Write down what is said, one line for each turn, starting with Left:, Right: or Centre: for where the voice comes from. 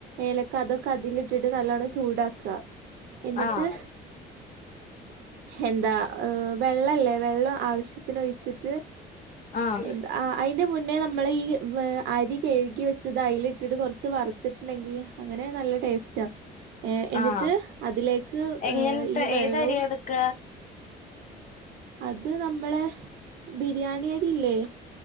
Right: ഏലക്ക അതൊക്ക അതിലിട്ടിട്ട് നല്ലോണം ചൂടാക്ക ന്നിട്ട്
Left: ആഹ്
Right: എന്താ ഹ് വെള്ളല്ലേ വെള്ളം ആവശ്യത്തിനൊഴിച്ചിട്ട്
Left: ആഹ്
Right: എന്ത്‌ ആ അയിന്റെ മുൻ ന്നേ നമ്മള് ഈ അരി കഴ്കി വെ ച്ചതയില്ട്ടിട്ട് കൊറച്ച് വറ്ത്ത്ട്ട്ണ്ടെങ്കി അങ്ങനെ നല്ല ടേസ്റ്റാ ഏ എന്നിട്ട്
Left: ആഹ്
Right: അതിലേക്ക്
Left: എങ്ങനത്തെ
Right: ഏഹ് ഈ വെള്ളവും
Left: ഏത് അര്യാ എട്ക്ക
Right: അത് നമ്മളെ ബിരിയാണിയരി ല്ലേ